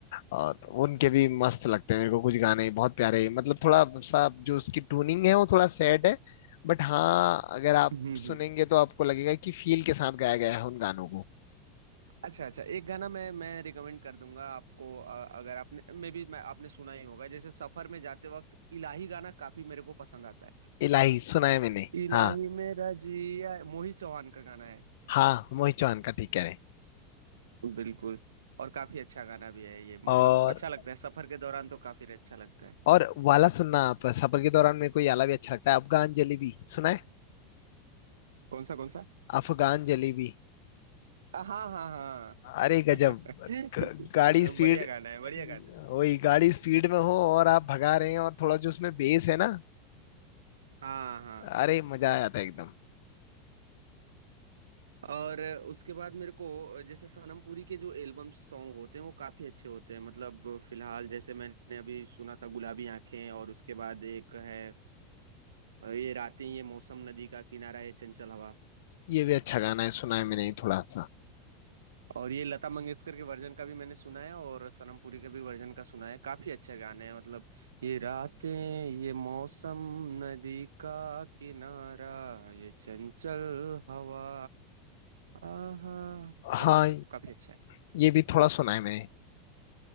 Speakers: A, on the left (about 65°); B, on the right (about 75°).
A: और उनके भी मस्त लगते हैं मेरे को कुछ गाने बहुत प्यारे मतलब थोड़ा सा जो उसकी ट्यूनिंग है वो थोड़ा सैड है बट हाँ अगर आप
B: हम्म हम्म।
A: सुनेंगे तो आपको लगेगा कि फील के साथ गाया गया है उन गानों को
B: अच्छा अच्छा एक गाना मैं मैं रिकमेंड कर दूंगा आपको अ, अगर आपने मे भी मैं आपने सुना ही होगा जैसे सफर में जाते वक्त इलाही गाना काफी मेरे को पसंद आता है
A: इलाही सुना है मैंने
B: इलाही
A: हाँ
B: मेरा जिया मोहित चौहान का गाना है
A: हाँ मोहित चौहान का ठीक कह रहे हैं
B: बिल्कुल और काफी अच्छा गाना भी है ये मतलब
A: और
B: अच्छा लगता है सफर के दौरान तो काफी अच्छा लगता है
A: और वाला सुनना आप सफर के दौरान मेरे को ये वाला भी अच्छा लगता है अफगान जलेबी सुना है
B: कौन सा कौन सा
A: अफगान जलेबी
B: हाँ हाँ
A: अरे गजब
B: हाँ <laughs>
A: ग- गाड़ी स्पीड
B: बढ़िया गाना है बढ़िया गाना
A: वही गाड़ी स्पीड में हो और आप भगा रहे हैं और थोड़ा जो उसमें बेस है ना
B: है। हाँ हाँ
A: अरे मजा आ जाता है एकदम
B: और उसके बाद मेरे को जैसे सनम पुरी के जो एल्बम सॉन्ग होते हैं वो काफी अच्छे होते हैं मतलब फिलहाल जैसे मैंने अभी सुना था गुलाबी आंखें और उसके बाद एक है ये रातें ये मौसम नदी का किनारा ये चंचल हवा
A: ये भी अच्छा गाना है सुना है मैंने थोड़ा सा
B: और ये लता मंगेशकर के वर्जन का भी मैंने सुना है और सनम पुरी के भी वर्जन का सुना है काफी अच्छे गाने हैं मतलब ये रातें ये मौसम नदी का किनारा ये चंचल हवा आहा मतलब
A: हाँ
B: काफी अच्छा है
A: ये भी थोड़ा सुना है मैंने